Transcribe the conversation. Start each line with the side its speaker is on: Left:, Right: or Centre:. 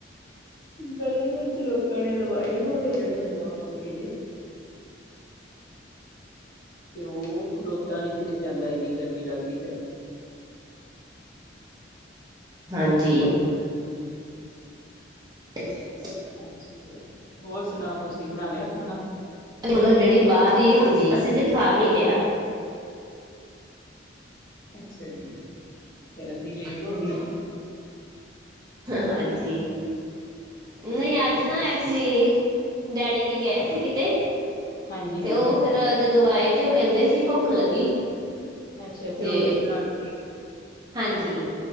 Left: ਗਲੀ ਵਿੱਚ ਲੋਕਾਂ ਨੇ ਲਵਾਏ ਨਾ ਓਦੇ ਜੇੜੇ ਹੁੰਦਾ ਵਾ ਪੱਖੇ ਜੇ ਤੇ ਓ ਖਲੋਤਾ ਨੀ ਕਿਤੇ ਜਾਂਦਾ ਇੰਨੀ ਗਰਮੀ ਲੱਗਦੀ ਫਿਰ
Right: ਹਾਂਜੀ। <inaudible>
Left: ਅੱਛਿਆ ਜੀ, ਹੋਰ ਸੁਨਾਓ ਤੁਸੀਂ ਬਣਾ ਲਿਆ ਖਾਨਾ?
Right: ਮੰਨੂ ਦਾ ਡੈਡੀ ਬਾਰ ਦੀ, ਹਾਂਜੀ ਅਸੀਂ ਤੇ ਖਾ ਵੀ ਲਿਆ।
Left: ਅੱਛਿਆ ਜੀ, ਫਿਰ ਅਸੀਂ ਲੇਟ ਹੋ
Right: ਹਾਂਜੀ
Left: ਗੇ।
Right: ਹਾਂਜੀ, ਨਈਂ
Left: ਠੀਕ
Right: ਅੱਜ
Left: ਹੈ
Right: ਨਾ ਅ ਐਚਲੀ ਡੈਡੀ ਜੀ ਗਏ ਸੀ ਕਿਤੇ
Left: ਹਾਂਜੀ
Right: ਤੇ
Left: ਹਾਂਜੀ
Right: ਓ ਫਿਰ ਜਦੋਂ ਆਏ ਤੇ ਓ ਕੈਂਦੇ ਸੀ ਭੁੱਖ ਲੱਗੀ
Left: ਅੱਛਾ ਫੇਰ
Right: ਤੇ
Left: ਉਦੋਂ ਹੀ ਬਣਾ ਲ
Right: ਹਾਂਜੀ।